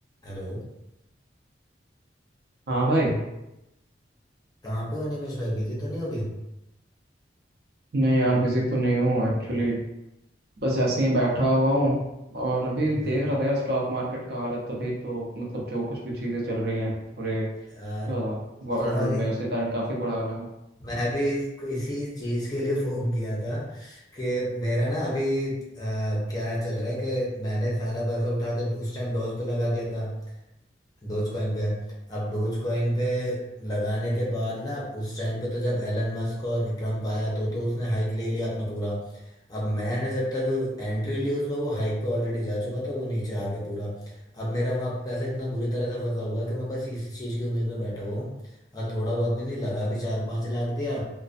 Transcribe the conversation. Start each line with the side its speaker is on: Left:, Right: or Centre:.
Left: Hello
Right: हाँ भाई
Left: कहाँ पे हो निमेश भाई बिजी तो नहीं हो अभी
Right: मैं यार बिजी तो नहीं हूँ एक्चुअली बस ऐसे ही बैठा हुआ हूँ और अभी देख
Left: हाँ।
Right: रहा था यार स्टॉक मार्केट का हालत तभी तो मतलब जो कुछ भी चीज़ें चल रही हैं पूरे
Left: यार
Right: वर्ल्ड
Left: तुम्हारे
Right: में उसके कारण काफ़ी बुरा हाल है
Left: मैं भी इस- इसी चीज के लिए फोन किया था कि मेरा ना अभी अ, क्या चल रहा है कि मैंने सारा पैसा उठा के उस टाइम डॉज पे लगा दिया था डोज कॉइन पे अब डोज कॉइन पे लगाने के बाद ना उस टाइम पे तो जब एलन मस्क और ट्रम्प आया तो तो उसने हाइक ले लिया अपना पूरा अब मैंने जब तक एंट्री ली उसमें वो हाइक पे ऑलरेडी जा चुका था वो नीचे आ गया पूरा अब मेरा वहाँ पे पैसा इतना बुरी तरह से फंसा हुआ है कि मैं बस इसी चीज़ की उम्मीद में बैठा हुआ हूँ और थोड़ा बहुत भी नहीं लगा भी चार पाँच लाख दिया